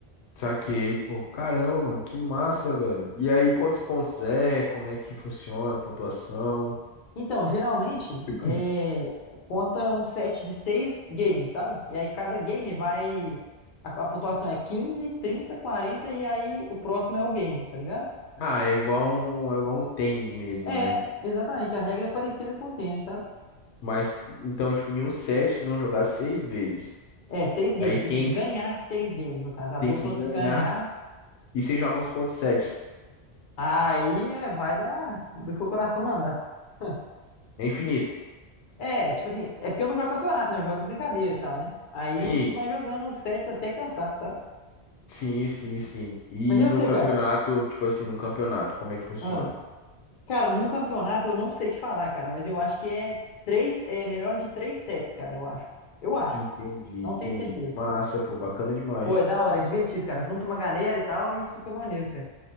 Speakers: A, on the left; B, on the left.
A: Saquei, pô. Caramba, mano, que massa, velho. E aí, quantos pontos é? Como é que funciona a pontuação?
B: Então, geralmente
A: <clears throat>
B: é, conta um set de seis games, sabe? E aí cada game vai. A, a pontuação é 15 30 40 e aí o próximo é o game, tá ligado?
A: Ah, é igual um, é igual um tênis mesmo,
B: É,
A: né?
B: exatamente. A regra é parecida com o tênis, sabe?
A: Mas, então, tipo, em um set vocês vão jogar seis vezes.
B: É, seis games,
A: Aí quem
B: tem que ganhar seis games, no caso. A
A: tem
B: dupla
A: que ganhar.
B: que ganhar,
A: E vocês jogam uns contra sets.
B: aí é, vai da, do que o coração mandar. <laughs>
A: É infinito.
B: É, tipo assim, é porque eu não jogo campeonato, né? Eu jogo de brincadeira e tal, né? Aí
A: Sim,
B: a gente vai jogando sets até cansar, sabe?
A: sim, sim, sim. E
B: Mas eu
A: no
B: sei,
A: campeonato,
B: cara.
A: tipo assim, no campeonato, como é que funciona?
B: Ah, cara, num campeonato eu não sei te falar, cara, mas eu acho que é três, é melhor de três sets, cara, eu acho. Eu acho.
A: Entendi,
B: Não
A: entendi.
B: tenho certeza.
A: Massa, pô, bacana demais.
B: Pô, é da hora, é divertido, cara. Junta uma galera e tal e fica maneiro, cara.